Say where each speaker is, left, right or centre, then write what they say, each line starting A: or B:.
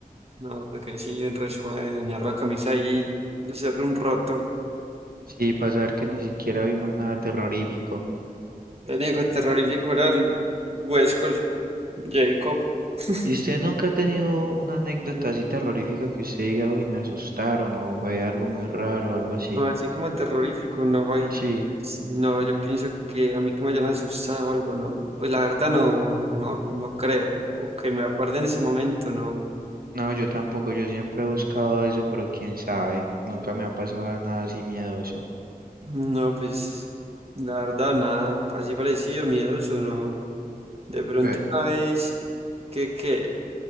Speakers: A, on the right; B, on the right.
A: No, porque ahí sí en re suave dañar la camisa y hacer un roto.
B: Sí, para saber que ni siquiera vimos nada terrorífico.
A: El hijo terrorífico era el Westcol, Jacob. <laughs>
B: ¿Y usted nunca ha tenido una anécdota así terrorífica que usted diga, uy, me asustaron o fue algo muy raro o algo así?
A: No, así como terrorífico, no, y
B: Sí,
A: pues, no, yo pienso que a mí que me hayan asustado o algo, no, pues la verdad no, no, no creo, o que me acuerde en ese momento, no,
B: no, yo tampoco, yo siempre he buscado eso, pero quién sabe, nunca me ha pasado nada así miedoso.
A: no, pues la verdad nada, así parecido, miedoso, no, de pronto
B: Ay,
A: una vez que, que,